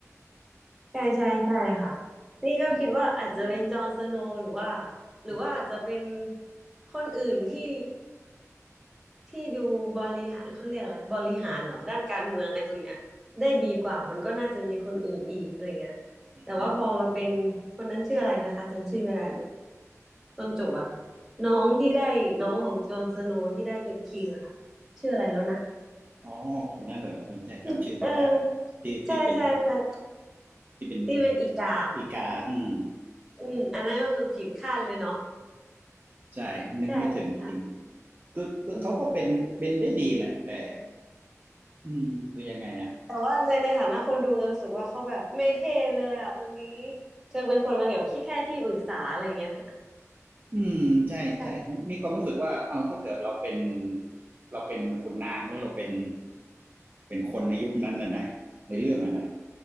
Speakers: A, in the centre; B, on the right (about 35°).
A: ใช่ใช่ใช่ค่ะนี่ก็คิดว่าอาจจะเป็นจอห์นสโนว์หรือว่า
B: อืม
A: หรือว่าอาจจะเป็นคนอื่นที่ที่ดูบริหารเขาเรียกอะไรบริหารเหรอด้านการเมืองไอ้ตรงเนี้ยได้ดีกว่ามันก็น่าจะมีคนอื่นอีกอะไรเงี้ย
B: อืม
A: แต่ว่าพอมาเป็นคนนั้นชื่ออะไรนะคะจำชื่อไม่ได้ต้นจบอะค่ะน้องที่ได้น้องของจอห์นสโนว์ที่ได้เป็นคิงอะค่ะชื่ออะไรแล้วนะ
B: อ๋อคนนั้นเหรอเออใช่จำชื่อไม่ได้อะที่ที่เป็น
A: <laughs> เออใช่ใช่ใช่
B: ที่เป็น
A: ที่เป็นอีกา
B: อีกาอืม
A: อืมอันนั้นก็คือผิดคาดเลยเนาะ
B: ใช่นึกไม่ถึงจริงๆคือคือเขาก็เป็นเป็นได้ดีแหละแต่
A: <laughs> ใช่ค่ะอืม
B: อืมคือยังไงอะ
A: แต่ว่าในในฐานะคนดูจะรู้สึกว่าเขาแบบไม่เท่เลยอ่ะคนนี้เธอเป็นคนมาแบบที่แค่ที่ปรึกษาอะไรเงี้ย
B: อืมใช่ใช่มีความรู้สึกว่าเอาถ้าเกิดเราเป็น
A: ใช่
B: เราเป็นขุนนางหรือเราเป็นเป็นคนในยุคนั้นนะนะในเรื่องอะนะ